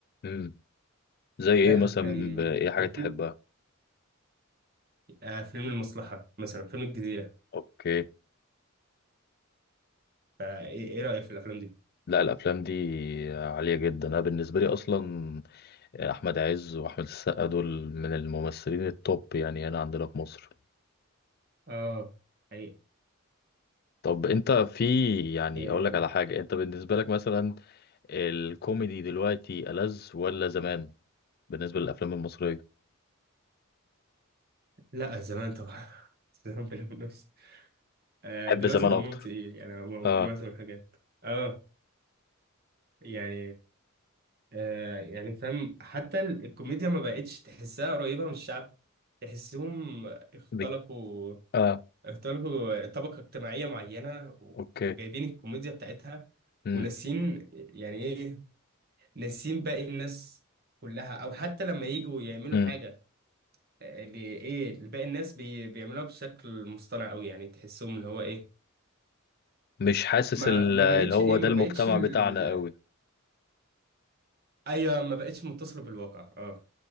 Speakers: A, on the left; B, on the right.
A: اه زي ايه
B: لا
A: مثلا
B: كان
A: ب- ايه حاجة
B: كان
A: تحبها
B: في آه، فيلم المصلحة مثلا فيلم الجزيرة
A: اوكي
B: فإيه إيه رأيك في الأفلام دي؟
A: لا الافلام دي عالية جدا انا بالنسبة لي اصلا آه، احمد عز واحمد السقا دول من الممثلين التوب يعني هنا عندنا في مصر
B: اه حقيقة
A: طب انت في يعني
B: آه،
A: اقول لك على حاجة انت بالنسبة لك مثلا الكوميدي دلوقتي ألذ ولا زمان بالنسبة للافلام المصرية
B: لا زمان طبعا <laughs> زمان بلا منافسة آه،
A: تحب
B: دلوقتي
A: زمان
B: دمهم
A: اكتر
B: تقيل يعني معظم
A: اه
B: الحاجات اه يعني آه يعني فاهم حتى ال- الكوميديا ما بقتش تحسها قريبة من الشعب تحسهم اختلقوا
A: بك... اه
B: اختلقوا طبقة اجتماعية معينة و-
A: اوكي
B: وجايبين الكوميديا بتاعتها
A: امم
B: وناسين يعني ايه ناسين باقي الناس كلها او حتى لما يجوا يعملوا
A: امم
B: حاجة آه، اللي ايه اللي باقي الناس بي بيعملوها بشكل مصطنع قوي يعني تحسهم اللي هو ايه
A: مش حاسس
B: ما
A: ال-
B: ما
A: اللي
B: بقتش
A: هو
B: ايه
A: ده
B: ما
A: المجتمع
B: بقتش ال...
A: بتاعنا قوي
B: ايوه ما بقتش متصلة بالواقع اه